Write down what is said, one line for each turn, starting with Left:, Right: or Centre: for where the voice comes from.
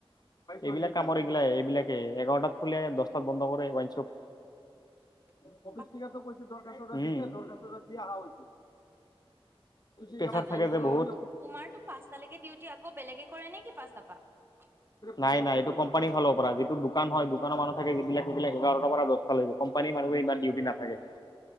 Left: এইবিলাক কামৰ এইগিলা এইবিলাকে এঘাৰটাত খুলি দহটাত বন্ধ কৰে ৱাঞ্চব
Right: <unintelligible>
Left: <unintelligible> প্ৰেছাৰ
Right: তাৰ পিছত
Left: থাকে
Right: তুম
Left: যে বহুত।
Right: তোমাৰতো পাঁচটালৈকে ডিউটি আকৌ বেলেগে কৰে নে কি পাঁচটা পা <unintelligible>
Left: নাই নাই এইটো কোম্পানী ফালৰ পৰা যিটো দোকান হয় দোকানৰ মানুহ থাকে যিবিলাক সেইবিলাক এঘাৰৰ পৰা <unintelligible> কোম্পানী মানুহে ইমান ডিউটি নাথাকে